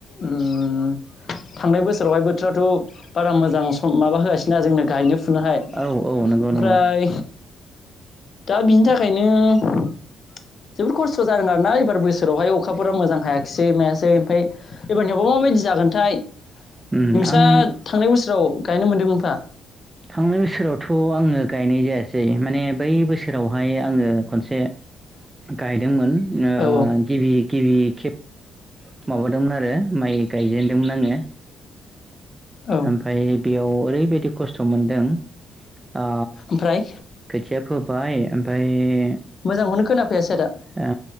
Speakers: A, on the left (about 45°); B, on the right (about 15°).
A: उम थांनाय बोसोरावहाय बोथोराथ' बारा मोजां माबा होआासैना जोंनो गायनो। फुनोहाय ओमफ्राय
B: औ औ नंगौ नंगौ
A: दा बिनि थाखायनो जोबोद खस्थ' जादों आरो दाना एबार बोसोरावहाय अखाफोरा मोजां हायाखिसै मायासै ओमफ्राय एबारनियाव बा माबायदि जागोनथाय
B: उम
A: नोंस्रा
B: आं
A: थांनाय बोसोराव गायनो मोनदोंमोनफा
B: थांनाय बोसोरावथ' आङो गायनाय जायासै माने बै बोसोरावहाय आंङो खनसे गायदोंमोन ओ
A: औ
B: गिबि गिबि खेब माबादोंमोन आरो माइ गायजेनदोंमोन
A: औ
B: ओमफ्राय बेयाव ओरै बायदि खस्थ' मोनदों आ
A: ओमफ्राय
B: खोथिया फोबाय ओमफ्राय
A: मोजांखौनो खोनाफैयासै आदा
B: ओ